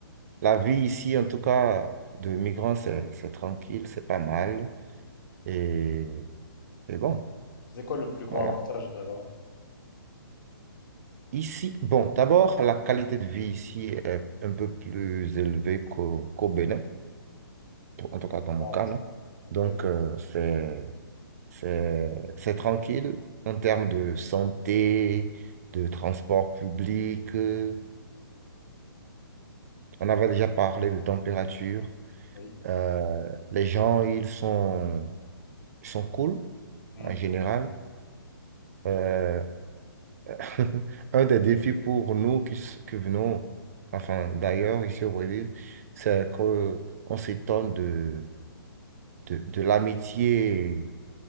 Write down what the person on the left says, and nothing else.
C'est quoi le plus gros
avantage de là-bas?
Ah,
c'est-
ok,
oui.
Mm.